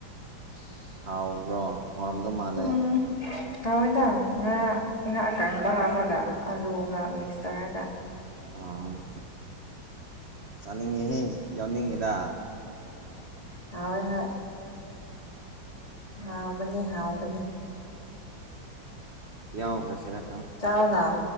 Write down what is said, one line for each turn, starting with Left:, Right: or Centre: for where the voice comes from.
Right: ꯏꯁ ꯍꯥꯎꯕ꯭ꯔꯣ ꯍꯥꯎꯔꯝꯗꯣ ꯃꯥꯜꯂꯦ
Left: ꯎꯝ ꯍꯥꯎꯋꯤꯗ ꯉꯥ ꯉꯥ ꯑꯀꯪꯕ ꯍꯥꯞꯄꯒ ꯑꯥꯂꯨꯒ ꯃꯤꯛꯁ ꯇꯧꯔꯒ
Right: ꯑꯣ ꯆꯥꯅꯤꯡꯉꯤꯍꯦ ꯌꯥꯎꯅꯤꯡꯉꯤꯗ
Left: ꯍꯥꯎꯋꯦ ꯍꯣꯏ ꯍꯥꯎꯕꯅꯦ ꯍꯥꯎꯕꯅꯤ
Right: ꯌꯥꯎꯒ꯭ꯔꯥ ꯁꯤꯔꯥ
Left: ꯆꯥꯎꯑꯣꯅ